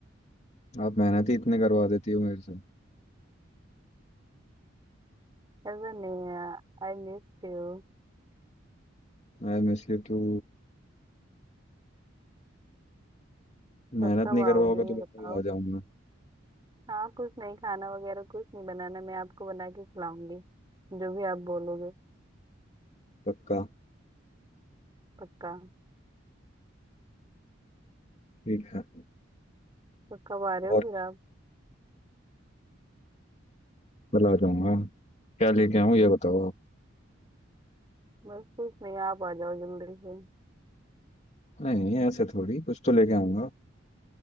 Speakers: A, on the left; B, on the right.
A: आप मेहनत ही इतने करवा देती हो मेरे से
B: ऐसा नहीं है I miss you
A: I miss you too
B: कब
A: मेहनत
B: कब
A: नहीं करवाओगे
B: आओगे ये
A: तो बताओ
B: बताओ
A: आ जाऊंगा
B: हाँ कुछ नहीं खाना वगैरह कुछ नहीं बनाना मैं आपको बना के खिलाऊंगी जो भी आप बोलोगे,
A: पक्का
B: पक्का।
A: ठीक है
B: तो कब आ रहे
A: और
B: हो फिर आप?
A: कल आ जाऊंगा क्या लेके आऊँ ये बताओ आप
B: बस कुछ नहीं, आप आ जाओ जल्दी से।
A: नहीं ऐसे थोड़ी कुछ तो लेके आऊंगा